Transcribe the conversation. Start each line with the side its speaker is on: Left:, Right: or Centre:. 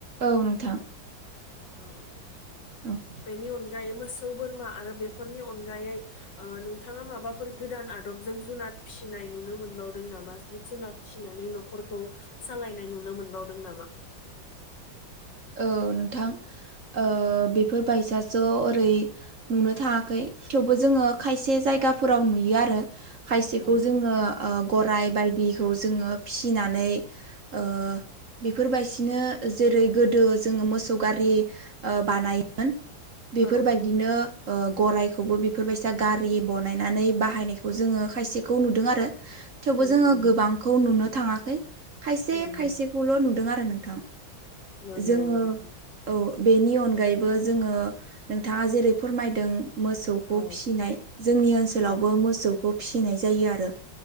Right: औ नोंथां
Left: औ
Right: औ
Left: बेनि अनगायै मोसौ बोरमा आरो बेफोरनि अनगायै ओ नोंथाङा माबाफोर गोदान आदबजों जुनाद फिसिनाय नुनो मोनबावदों नामा जिब जुनाद? फिसिनानै न'खरखौ सालायनाय नुनो मोनबावदों नामा?
Right: औ नोंथां ओ बेफोरबायसाज' ओरै नुनो थाङाखै थेवबो जोङो खायसे जायगाफोराव नुयो आरो खायसेखौ
Left: औ
Right: जोङो ओ गराइ बायदिखौ जोङो फिसिनानै ओ बेफोरबायसिनो जेरै गोदो जोङो मोसौ गारि ओ बानायोमोन बेफोरबायदिनो
Left: औ
Right: ओ गराइखौबो बेफोरबायसा गारि बनायनानै बाहायनायखौ जोङो खायसेखौ नुदों आरो थेवबो
Left: नंगौ
Right: जोङो गोबांखौ नुनो थाङाखै खायसे
Left: नंगौ
Right: खायसेखौल' नुदों आ रो नोंथां
Left: नंगौ
Right: जोङो
Left: नोंथां
Right: औ बेनि अनगायैबो जोङो नोंथाङा जेरै फोरमायदों मोसौखौ
Left: औ
Right: फिसिनाय जोंनि ओनसोलावबो
Left: औ
Right: मोसौखौ फिसिनाय जायो आरो।